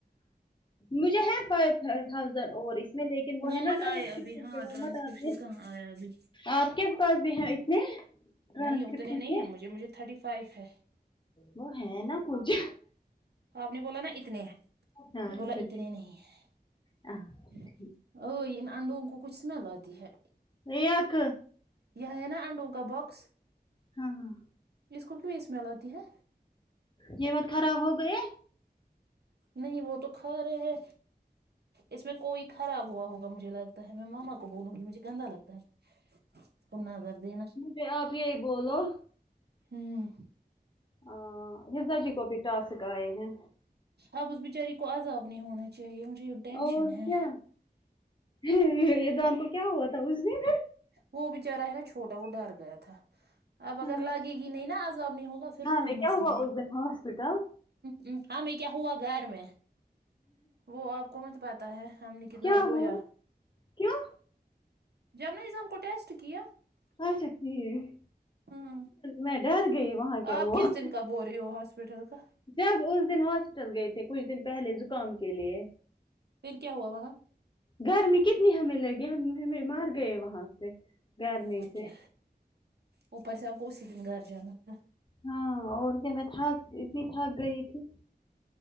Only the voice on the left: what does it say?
مجھے ہے فائیو تھازینڈ اور اس میں لیکن وہ ہے
نا ڈراںیور
محمد
آصف
آپ کے پاس بھی ہیں اتنے ٹرانسکرپشن
کے
وہ ہے نا کچھ
ہاں
پھر بھی-
ہاں، ٹھیک
ایک
ہاں ہاں
یہ مت خراب ہو گئےہے
مجھے آپ یہی بولو
آہ جزا جی کو بھی ٹاسک آئے ہیں
اور
کیا یہیذدان کو کیا ہوا تھا اس دن
ہاں
ہاں
میں کیا
ہوا
اس دن ہاسپٹل
کیا
ہوا کیوں
اچھا ٹھیک
میں ڈر گئی وہاں کیا
ہوا
جب اس دن ہاسپٹل گئے تھے کچھ دن پہلے زخم کے لیے
گرمی کتنی ہمیں لگیا ہم ہمیں مار گئے وہاں سے گرمی
سے
ہاں اور کیا میں تھک اتنی تھک گئی تھی